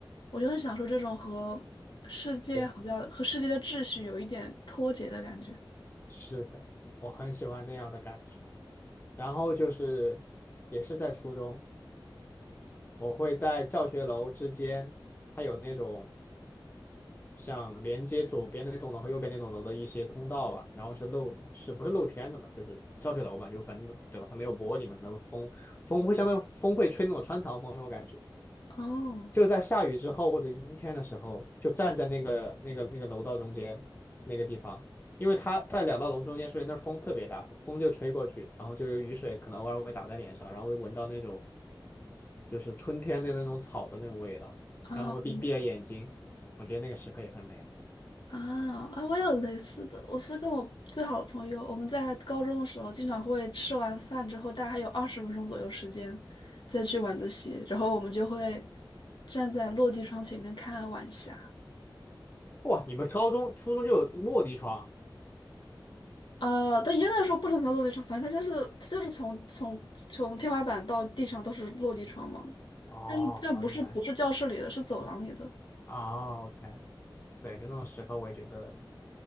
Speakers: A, on the left; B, on the left.
A: 我就很享受这种和世界好像和世界的秩序有一点脱节的感觉。
B: 对，是的，我很喜欢那样的感觉。然后就是也是在初中，我会在教学楼之间，它有那种像连接左边那栋楼和右边那栋楼的一些通道吧，然后是露，是不是露天的嘛？就是教学楼嘛，就反正对吧？它没有玻璃嘛，那后风风会相当于风会吹那种穿堂风那种感觉。
A: 哦，
B: 就在下雨之后或者阴天的时候，就站在那个那个那个楼道中间那个地方，因为它在两道楼中间，所以那风特别大，风就吹过去，然后就有雨水可能偶尔会打在脸上，然后会闻到那种就是春天的那种草的那种味道，
A: 啊，
B: 然后会闭闭着眼睛，
A: 我
B: 我觉得那个时刻也很美好。
A: 啊啊！我也有类似的，我是跟我最好的朋友，我们在高中的时候，经常会吃完饭之后，大概还有二十分钟左右时间，再去晚自习，然后我们就会站在落地窗前面看晚霞。
B: 哇，你们高中、初中就有落地窗？
A: 啊，但严格来说不能算落地窗，反正它就是它就是从从从天花板到地上都是落地窗嘛，
B: 哦，
A: 但是但不是不是教室里的，
B: 好厉害
A: 是走廊里的。
B: 啊！OK，对，就那种时刻我也觉得